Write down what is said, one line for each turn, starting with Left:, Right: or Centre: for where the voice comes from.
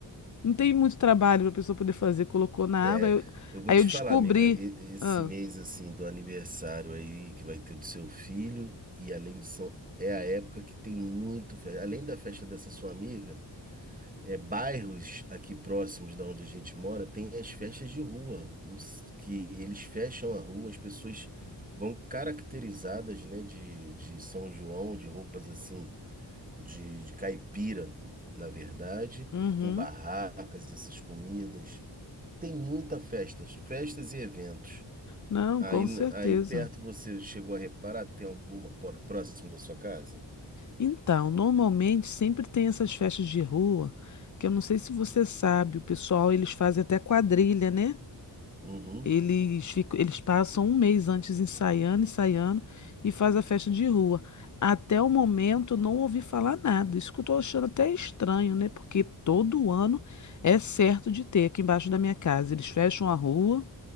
Left: não tem muito trabalho pra pessoa poder fazer. Colocou na
Right: É,
Left: água, aí eu,
Right: eu vou
Left: aí
Right: te
Left: eu descobri.
Right: falar, amiga, e- esse
Left: Ah,
Right: mês assim do aniversário aí que vai ter do seu filho, e além disso, é a época que tem muito, fe- além da festa dessa sua amiga. é, bairros aqui próximos da onde a gente mora, tem as festas de rua, uns- que eles fecham a rua, as pessoas vão caracterizadas, né, de, de São João, de roupas assim, de, de caipira, na verdade,
Left: uhum.
Right: com barracas, essas comidas. Tem muita festas, festas e eventos.
Left: Não,
Right: Aí,
Left: com
Right: n-
Left: certeza.
Right: aí perto você chegou a reparar, tem alguma por- próximo da sua casa?
Left: Então, normalmente sempre tem essas festas de rua, que eu não sei se você sabe, o pessoal, eles fazem até quadrilha, né?
Right: Uhum,
Left: Eles ficam, eles passam um mês antes ensaiando, ensaiando e faz a festa de rua. Até o momento não ouvi falar nada. Isso que eu tô achando até estranho, né? Porque todo ano é certo de ter aqui embaixo da minha casa. Eles fecham a rua